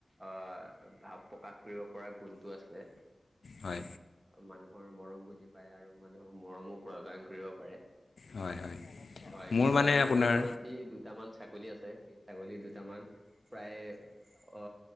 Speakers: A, on the right (about 25°); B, on the left (about 80°).
A: আহ ভাৱ প্ৰকাশ কৰিব পৰা গুণটো আছে
B: হয়
A: মানুহৰ মৰম বুজি পায় আৰু মানুহৰ মৰমো প্ৰদান কৰিব পাৰে
B: হয় হয় হয়
A: হয়
B: মোৰ
A: কিন্তু
B: মানে
A: আপোনালোকৰ
B: আপোনাৰ
A: যি দুটামান ছাগলী আছে সেই ছাগলী দুটামান প্ৰায় অ